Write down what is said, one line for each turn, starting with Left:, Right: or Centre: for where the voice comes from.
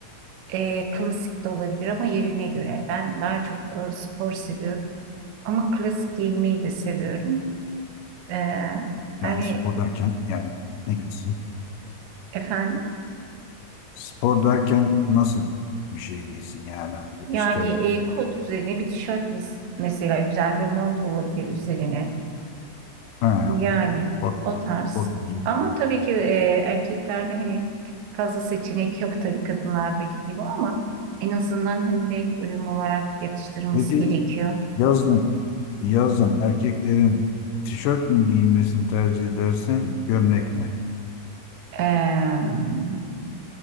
Right: E, klasik de olabilir ama yerine göre. Ben daha çok e, spor seviyorum. Ama klasik giyinmeyi de seviyorum. E,
Left: Yani
Right: yani
Left: spor derken yani ne giysin?
Right: efendim.
Left: Spor derken nasıl bir şey giysin yani abi?
Right: Yani
Left: işte
Right: e, kot üzerine bir tişört mes- mesela güzel bir mont olabilir üzerine.
Left: ha,
Right: Yani
Left: spor,
Right: o tarz.
Left: spor düzü.
Right: Ama tabii ki e, erkeklerde hani fazla seçenek yok tabii kadınlardaki gibi ama en azından hani renk uyum olarak yatıştırması
Left: Peki
Right: gerekiyor.
Left: yazın yazın erkeklerin tişört mü giyinmesini tercih edersin gömlek mi?
Right: Eee,